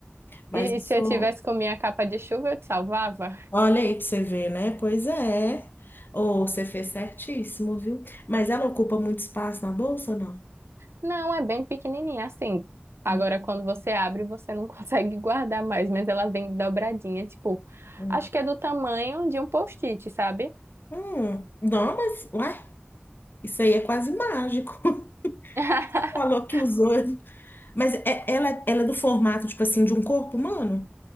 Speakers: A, on the left (about 55°); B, on the right (about 85°).
A: Mas
B: E
A: isso,
B: se eu tivesse com minha capa de chuva, eu te salvava?
A: olha aí para você ver, né? Pois é. Ou você fez certíssimo, viu? Mas ela ocupa muito espaço na bolsa, ou não?
B: Não, é bem pequenininha, assim.
A: Hum,
B: Agora, quando você abre, você não <laughs> consegue guardar mais, mas ela vem dobradinha, tipo,
A: hum.
B: acho que é do tamanho de um post-it, sabe?
A: Hum, não, mas, ué, isso aí é quase mágico. <laughs>
B: <laughs>
A: Você falou que usou. Mas é- ela, ela é do formato, tipo assim, de um corpo humano?